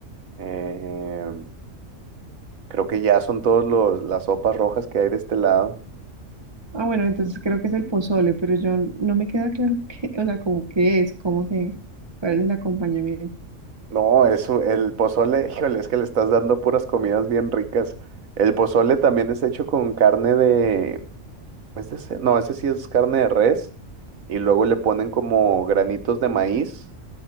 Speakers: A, on the right; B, on the right.
A: eh, creo que ya son todos los las sopas rojas que hay de este lado.
B: Ah, bueno, entonces creo que es el pozole, pero yo n- no me queda claro <laughs> qué, o sea, como qué es, cómo se, cuál es el acompañamiento.
A: No, eso, el pozole, híjole, es que le estás dando puras comidas bien ricas. El pozole también es hecho con carne de, ¿es de ce- No, ese sí es carne de res. Y luego le ponen como granitos de maíz.